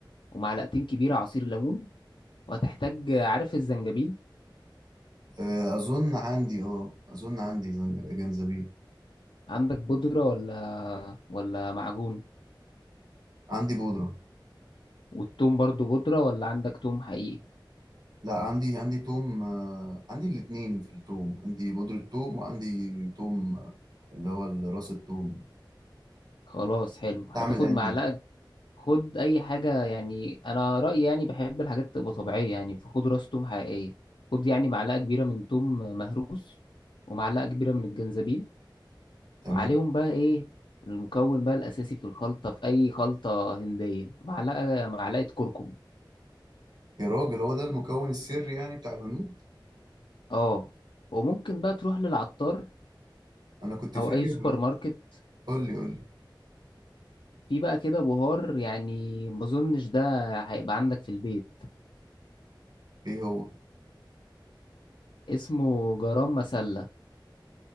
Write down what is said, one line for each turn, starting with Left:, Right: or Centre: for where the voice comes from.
Left: ومعلقتين كبيرة عصير ليمون وهتحتاج عارف الزنجبيل
Right: آه، أظن عندي اه أظن عندي زنج- جنزبيل
Left: عندك بودرة ولا ولا معجون
Right: عندي بودرة
Left: والثوم برضو بودرة ولا عندك ثوم حقيقي
Right: لا عندي عندي توم آه، عندي الاتنين في التوم عندي بودرة توم وعندي توم آه، اللي هو ال- راس التوم
Left: خلاص حلو هتاخد
Right: تعمل أنهي
Left: معلقة خد أي حاجة يعني أنا رأيي يعني بحب الحاجات تبقى طبيعية يعني فخد راس ثوم حقيقية خد يعني معلقة كبيرة من ثوم مهروس ومعلقة كبيرة من الجنزبيل
Right: تمام
Left: وعليهم بقى إيه المكون بقى الأساسي في الخلطة في أي خلطة هندية معلقة معلقة كركم
Right: يا راجل هو ده المكون السري يعني بتاع الهنود
Left: اه وممكن بقى تروح للعطار
Right: أنا كنت فاكر
Left: او اي سوبر ماركت
Right: قول لي قول لي
Left: في بقى كده بهار يعني ما اظنش ده هيبقى عندك في البيت
Right: إيه هو
Left: اسمه جرام مسلة